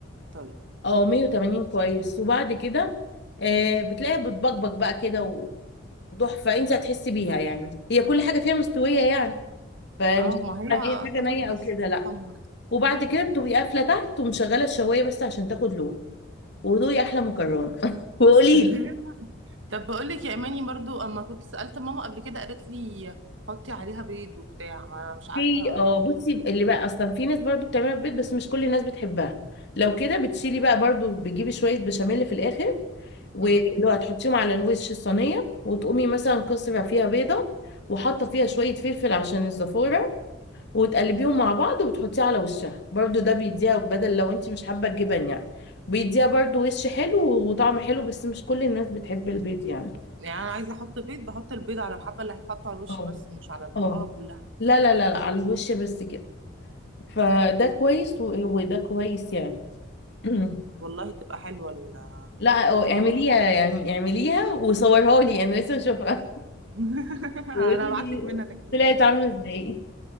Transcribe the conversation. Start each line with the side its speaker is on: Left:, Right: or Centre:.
Right: طيب
Left: اه 180 كويس وبعد كده آه بتلاقيها بتبقبق بقى كده و- وتحفه انت هتحسي بيها يعني هي كل حاجه فيها مستويه يعني فمش
Right: اه ما هي
Left: يعني اي حاجه
Right: تاخد
Left: نيه
Right: بس
Left: او كده لا
Right: حمر
Left: وبعد كده بتبقي قافله تحت ومشغله الشوايه بس عشان تاخد لون ودوقي احلى مكرونه <laughs> وقولي
Right: <laughs>
Left: لي
Right: طب بقول لك يا اماني برضو اما كنت سألت ماما قبل كده قالت لي حطي عليها بيض وبتاع ما انا مش عارفة
Left: في اه بصي اللي بقى اصلا في ناس برضو بتعملها في البيت بس مش كل الناس بتحبها لو كده بتشيلي بقى برضو بتجيبي شويه بشاميل في الاخر واللي
Right: امم
Left: هو هتحطيهم على الوش الصينيه وتقومي مثلا كسره فيها بيضه وحاطه فيها شويه فلفل عشان الزفاره وتقلبيهم مع بعض وبتحطيه على وشها برضو ده بيديها بدل لو انت مش حابه الجبن يعني بيديها برضو وش حلو وطعم حلو بس مش كل الناس بتحب البيض يعني
Right: يعني انا عايزة احط بيض بحط البيض على الحبة اللي هتحط على الوش
Left: اه
Right: بس مش على المكرونة
Left: اه
Right: كلها
Left: لا لا لا لا على الوش بس كده فده كويس و- وده كويس يعني <clears throat>
Right: والله تبقى حلوة المكرونة
Left: لا اه اعمليها يعني اعمليها وصورها لي انا لسه اشوفها
Right: <laughs> انا
Left: وقولي
Right: هبعت
Left: لي
Right: لك منها تاكليها
Left: طلعت عامله ازاي